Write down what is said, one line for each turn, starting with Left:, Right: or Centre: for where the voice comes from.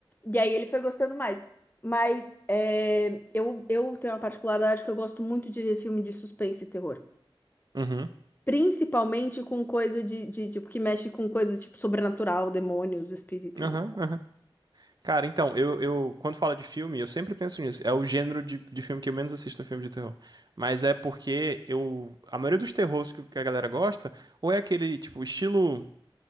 Left: E aí ele foi gostando mais. Mas é, eu, eu tenho uma particularidade que eu gosto muito de ver filme de suspense e terror.
Right: Uhum.
Left: Principalmente com coisa de, de, tipo, que mexe com coisa, tipo, sobrenatural, demônios, espíritos.
Right: Aham, aham. Cara, então, eu, eu, quando fala de filme, eu sempre penso nisso. É o gênero de, de filme que eu menos assisto, é filme de terror. Mas é porque eu, a maioria dos terrores que, que a galera gosta, ou é aquele, tipo, estilo,